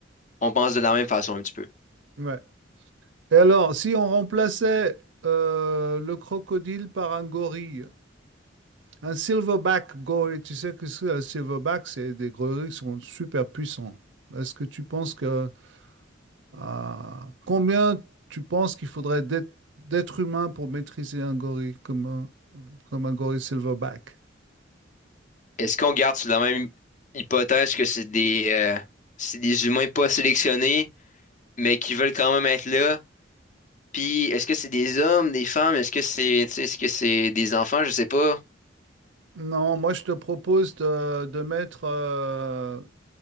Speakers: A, on the left (about 40°); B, on the right (about 70°).
A: On pense de la même façon un petit peu.
B: Ouais. Et alors, si on remplaçait euh, le crocodile par un gorille, un silverback gorille, tu sais que c'est un silverback, c'est des gorilles qui sont super puissants. Est-ce que tu penses que euh, combien tu penses qu'il faudrait d'être d'être humain pour maîtriser un gorille comme un, comme un gorille silverback?
A: Est-ce qu'on garde sur la même hypothèse que c'est des, euh, c'est des humains pas sélectionnés, mais qui veulent quand même être là? Puis est-ce que c'est des hommes, des femmes? Est-ce que c'est, tu sais, est-ce que c'est des enfants? Je sais pas.
B: Non, moi je te propose de, de mettre euh,